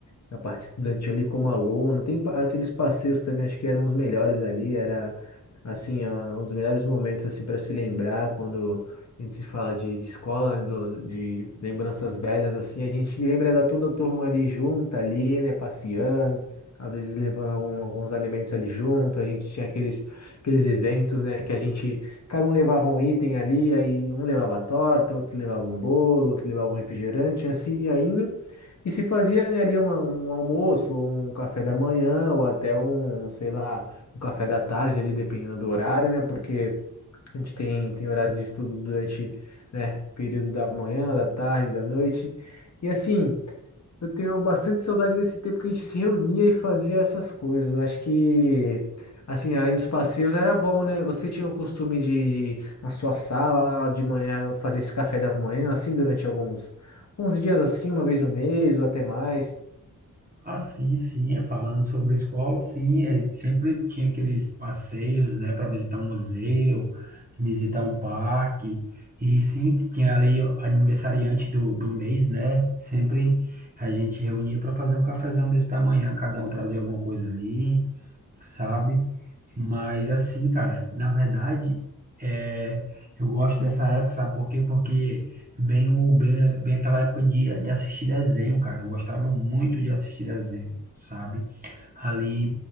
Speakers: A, on the left; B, on the right.
A: na parte estudantil ali como aluno. Tem pa- aqueles passeios também, acho que eram os melhores ali, era assim, ó, um dos melhores momentos assim para se lembrar quando a gente se fala de, de escola, né, do- de lembranças velhas assim, a gente lembra da toda a turma ali junta ali, né, passeando. Às vezes levando algum- alguns alimentos ali junto, a gente tinha aqueles, aqueles eventos, né, que a gente, cada um levava um item ali, aí um levava torta, outro levava um bolo, outro levava um refrigerante, assim, e ainda. E se fazia, né, ali uma- um almoço, ou um café da manhã, ou até um, sei lá, um café da tarde ali, dependendo do horário, né? Porque a gente tem, tem horários de estudo durante, né, período da manhã, da tarde, da noite. E assim. Eu tenho bastante saudade desse tempo que a gente se reunia e fazia essas coisas. Eu acho que, assim, além dos passeios, era bom, né? Você tinha o costume de, de, na sua sala, de manhã, fazer esse café da manhã, assim, durante alguns, alguns dias, assim, uma vez no mês ou até mais.
B: Ah, sim, sim, é, falando sobre escola, sim, é, sempre tinha aqueles passeios, né, para visitar um museu, visitar um parque, e sempre tinha ali o aniversariante do, do mês, né, sempre a gente reunia para fazer um cafezão desse da manhã, cada um trazia alguma coisa ali, sabe? Mas assim, cara, na verdade, é, eu gosto dessa época, sabe por quê? Porque Bem, o, bem, bem aquela época de, de assistir desenho, cara. Eu gostava muito de assistir desenho, sabe? Ali,